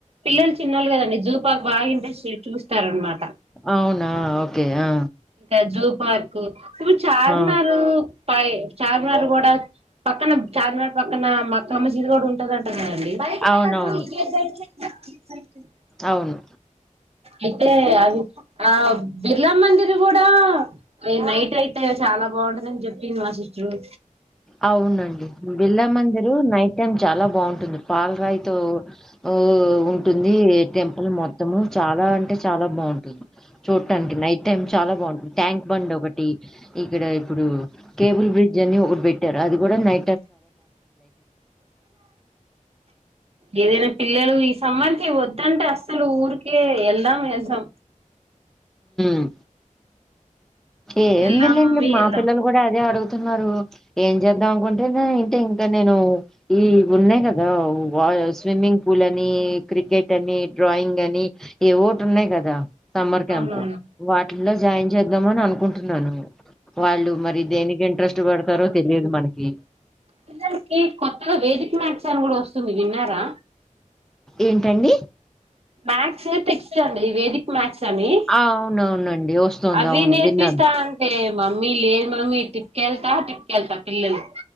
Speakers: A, on the right; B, in the centre.
A: పిల్లలు చిన్నోళ్ళు కదండి జూ పార్క్ బాగా ఇంట్రెస్ట్ చూస్త తారనమాట
B: అవునా ఓకే ఆ
A: ఇంకా జూ పార్క్ ప్పుడు చార్మినార్
B: ఆ
A: పై చార్మినార్ కూడా పక్కన చార్మినార్ పక్కన మా మాక్కామసీద్ కూడా ఉంటదంట కదా <unintelligible> <unintelligible>
B: అవునవును అవును
A: అయితే అవి ఆ బిర్లా మందిర్ కూడా అ నైటయితే చాలా బాగుంటదిని చెప్పింది మా సిస్టరు
B: అవునండి బిర్లామందిరు నైట్ టైమ్ చాలా బావుం పాలరాయి తో ఉ ఉంటుంది టెంపుల్ మొత్తము చాలా అంటే చాలా బావుంటుంది చూట్టానికి నైట్ టైమ్ చాలా బావుం ట్యాంక్ బండ్ ఒకటి ఇక్కడ ఇప్పుడు కేబుల్ బ్రిడ్జ్ అని ఒక ట్టరు అది కూడా నై
A: ఏదైనా పిల్లలు ఈ సమ్మర్ కి వద్దంటే అస్సలు ఊరికే వెళ్దాం వెళ్దాం
B: మ్ ఏందీళ్ళండి
A: వెళ్దాం మమ్మీ
B: మా
A: వెళ్దాం
B: పిల్లలు కూడా అదే అడుగు ఏం చేద్దాం అనుకుంటే ఇంటే ఇంకా నేను ఈ ఉన్నాయి కదా స్విమ్మింగ్ పూల్ అని క్రికెట్ అని డ్రాయింగ్ అని ఏ ఒకటి ఉన్నాయి కదా క్యాంప్
A: అవునవును
B: వాటిలో జాయిన్ చేద్దాం అని అనుకుంటు టున్నాను వాళ్ళు మరి దేనికి ఇంట్రెస్ట్ పడతారో తెలియదు మనకి
A: పిల్లలకి కొత్తగా <unintelligible> కూడా వస్తుంది విన్నారా
B: ఏంటండి
A: మ్యాథ్స్ టెక్స్ట్ అండి వేదిక్ మ్యాథ్స్ అని
B: ఆ అవునవునండి వస్తుంది
A: అవి
B: అవును
A: నేర్పిస్తా
B: విన్నాను
A: అంటే మమ్మీ లేదు మమ్మీ టిప్పుకెళ్తా టిప్పుకెళ్తా పిల్లలు